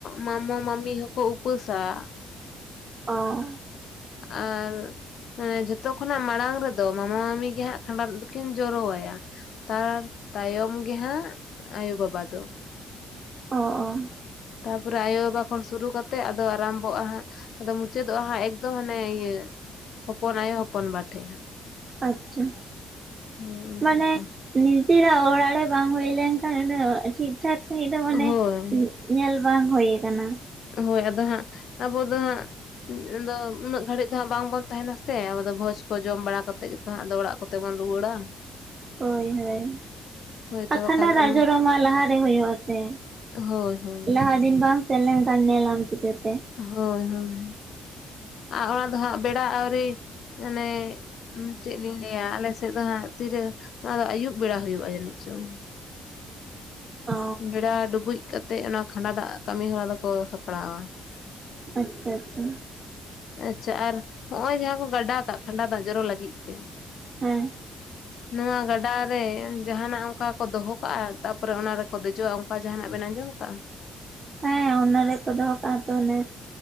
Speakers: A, on the left; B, on the right.
A: ᱢᱟᱢᱚ ᱢᱟᱹᱢᱤ ᱦᱚᱸᱠᱚ ᱩᱯᱟᱹᱥᱟ ᱾
B: ᱚᱻ ᱾
A: ᱟᱨ ᱢᱟᱱᱮ ᱡᱷᱚᱛᱚ ᱠᱷᱚᱱᱟᱜ ᱢᱟᱲᱟᱝ ᱨᱮᱫᱚ ᱢᱟᱢᱟ ᱢᱟᱹᱟᱢᱤ ᱜᱮ ᱦᱟᱸᱜ ᱠᱷᱟᱸᱰᱟ ᱫᱟᱜ ᱫᱚᱠᱤᱱ ᱡᱚᱨᱚ ᱟᱭᱟ। ᱛᱟᱨ ᱛᱟᱭᱚᱢ ᱜᱮ ᱦᱟᱸᱜ ᱟᱭᱳ ᱵᱟᱵᱟ ᱫᱚ।
B: ᱚ ᱚ।
A: ᱛᱟᱨ ᱯᱚᱨᱮ ᱟᱭᱳ ᱵᱟᱵᱟ ᱠᱷᱚᱱ ᱥᱩᱨᱩ ᱠᱟᱛᱮᱜ ᱟᱫᱚ ᱟᱨᱟᱢᱵᱷᱚᱜ-ᱟ ᱦᱟᱸᱜ ᱟᱫᱚ ᱢᱩᱪᱟᱹᱫᱚᱜ-ᱟ ᱦᱟᱸᱜ ᱮᱠᱫᱚᱢ ᱦᱟᱱᱮ ᱤᱭᱟᱹ ᱦᱚᱯᱚᱱ ᱟᱭᱳ ᱦᱚᱯᱚᱱ ᱵᱟ ᱴᱷᱮᱡ ᱦᱟᱸᱜ।
B: ᱟᱪᱪᱷᱟ
A: ᱦᱮᱸ ᱚᱱᱮ
B: ᱢᱟᱱᱮ
A: ᱚᱱᱠᱟ
B: ᱱᱤᱡᱮᱨᱟᱜ ᱚᱲᱟᱜ ᱨᱮ ᱵᱟᱝ ᱦᱩᱭ ᱞᱮᱱᱠᱷᱟᱱ ᱤᱱᱟᱹ ᱴᱷᱤᱠ ᱴᱷᱟᱠ ᱥᱟᱺᱦᱤᱡ ᱫᱚ ᱢᱟᱱᱮ
A: ᱦᱳᱭ
B: ᱧᱮᱞ ᱵᱟᱝ ᱦᱩᱭ ᱠᱟᱱᱟ।
A: ᱦᱳᱭ ᱟᱫᱚ ᱦᱟᱸᱜ ᱟᱵᱚ ᱫᱚ ᱦᱟᱸᱜ ᱟᱫᱚ ᱩᱱᱟᱹᱜ ᱜᱷᱟᱹᱲᱤᱡ ᱫᱚ ᱦᱟᱸᱜ ᱵᱟᱝ ᱵᱚᱱ ᱛᱟᱦᱮᱸᱱᱟ ᱥᱮ ᱟᱵᱚ ᱫᱚ ᱵᱷᱚᱡᱽ ᱠᱚ ᱡᱚᱢ ᱵᱟᱲᱟ ᱠᱟᱛᱮᱜ ᱜᱮ ᱦᱟᱸᱜ ᱟᱫᱚ ᱚᱲᱟᱜ ᱠᱚᱛᱮ ᱵᱚᱱ ᱨᱩᱣᱟᱹᱲᱟ।
B: ᱦᱳᱭ ᱦᱳᱭ
A: ᱦᱳᱭ ᱛᱚ
B: ᱟᱨ ᱠᱷᱟᱱᱰᱟ
A: ᱵᱟᱠᱷᱟᱱ
B: ᱫᱟᱜ
A: ᱚᱱᱟ
B: ᱡᱚᱨᱚ ᱢᱟ ᱞᱟᱦᱟᱨᱮ ᱦᱩᱭᱩᱜ ᱟᱥᱮ?
A: ᱦᱳᱭ ᱦᱳᱭ।
B: ᱞᱟᱦᱟ ᱫᱤᱱ ᱵᱟᱝᱢ ᱥᱮᱱ ᱞᱮᱱ ᱠᱷᱟᱱ ᱧᱮᱞᱟᱢ ᱪᱤᱠᱟᱹᱛᱮ।
A: ᱦᱳᱭ ᱦᱳᱭ, ᱟᱨ ᱚᱱᱟ ᱫᱚ ᱦᱟᱸᱜ ᱵᱮᱲᱟ ᱟᱹᱣᱨᱤ ᱢᱟᱱᱮ ᱪᱮᱫ ᱞᱤᱧ ᱞᱟᱹᱭᱟ ᱟᱞᱮ ᱥᱮᱫ ᱫᱚ ᱦᱟᱜ ᱛᱤᱨᱮ ᱚᱱᱟ ᱫᱚ ᱟᱹᱭᱩᱵ ᱵᱮᱲᱟ ᱦᱩᱭᱩᱜᱼᱟ ᱡᱟᱹᱱᱤᱡ ᱪᱚᱝ?
B: ᱚ
A: ᱵᱮᱲᱟ ᱰᱩᱵᱩᱡ ᱠᱟᱛᱮᱜ ᱚᱱᱟ ᱠᱷᱟᱸᱰᱟ ᱫᱟᱜ ᱠᱟᱹᱢᱤ ᱦᱚᱨᱟ ᱫᱚᱠᱚ ᱥᱟᱯᱲᱟᱣᱼᱟ।
B: ᱟᱪᱪᱷᱟ ᱟᱪᱪᱷᱟ।
A: ᱟᱪᱪᱷᱟ ᱟᱨ ᱦᱚᱸᱜᱼᱚᱭ ᱡᱟᱦᱟᱸ ᱠᱚ ᱜᱟᱰᱟ ᱠᱟᱜ ᱠᱷᱟᱸᱰᱟ ᱫᱟᱜ ᱡᱚᱨᱚ ᱞᱟᱹᱜᱤᱫ ᱛᱮ,
B: ᱦᱮᱸᱻ
A: ᱱᱚᱣᱟ ᱜᱟᱰᱟ ᱨᱮ ᱡᱟᱦᱟᱱᱟᱜ ᱚᱱᱠᱟ ᱠᱚ ᱫᱚᱦᱚ ᱠᱟᱜᱼᱟ ᱛᱟᱯᱚᱨᱮ ᱚᱱᱟ ᱨᱮᱠᱚ ᱫᱮᱡᱚᱜᱼᱟ ᱚᱱᱠᱟ ᱡᱟᱦᱟᱱᱟᱜ ᱵᱮᱱ ᱟᱸᱡᱚᱢ ᱟᱠᱟᱜᱼᱟ?
B: ᱦᱮᱸ ᱚᱱᱟ ᱨᱮᱠᱚ ᱫᱚᱦᱚ ᱠᱟᱜᱼᱟ ᱛᱚᱞᱮᱼᱼ